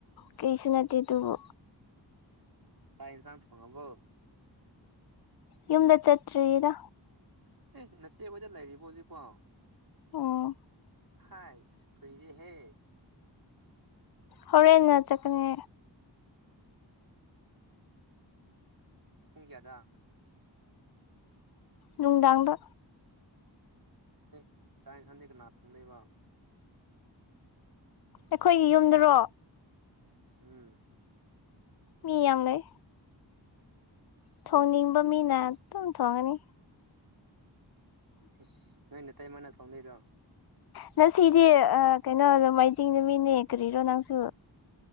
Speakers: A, on the left; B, on the right.
A: ꯀꯩꯁꯨ ꯅꯠꯇꯦꯗꯨꯕꯨ꯫
B: ꯆꯥꯛ ꯌꯦꯟꯁꯥꯡ ꯊꯣꯡꯉꯕꯣ꯫
A: ꯌꯨꯝꯗ ꯆꯠꯇ꯭ꯔꯤꯗ꯫
B: ꯑꯦ ꯅꯆꯦ ꯈꯣꯏꯗ ꯂꯩꯔꯤꯕꯣ ꯍꯧꯖꯤꯛꯐꯥꯎ꯫
A: ꯎꯝ
B: ꯍꯥꯏꯁ ꯀꯨꯏꯔꯦꯍꯦ꯫
A: ꯍꯣꯔꯦꯟꯅ ꯆꯠꯀꯅꯤ꯫
B: ꯄꯨꯡ ꯀꯌꯥꯗ꯫
A: ꯅꯨꯡꯗꯥꯥꯡꯗ꯫
B: ꯑꯦ ꯆꯥꯛ ꯏꯟꯖꯥꯡꯗꯤ ꯀꯅꯥ ꯊꯣꯡꯗꯣꯏꯕ ꯫
A: ꯑꯩꯈꯣꯏꯒꯤ ꯌꯨꯝꯗꯔꯣ?
B: ꯎꯝ
A: ꯃꯤ ꯌꯥꯝ ꯂꯩ꯫ ꯊꯣꯡꯅꯤꯡꯕ ꯃꯤꯅ ꯑꯗꯨꯝ ꯊꯣꯡꯉꯅꯤ꯫
B: ꯑꯁ ꯅꯣꯏ ꯅꯇꯩꯃꯅꯥ ꯊꯣꯡꯗꯣꯏꯔꯣ?
A: ꯉꯁꯤꯗꯤ ꯑ ꯀꯩꯅꯣ ꯅꯣꯡꯃꯥꯏꯖꯤꯡ ꯅꯨꯃꯤꯠꯅꯦ ꯀꯔꯤꯔꯣ ꯅꯪꯁꯨ꯫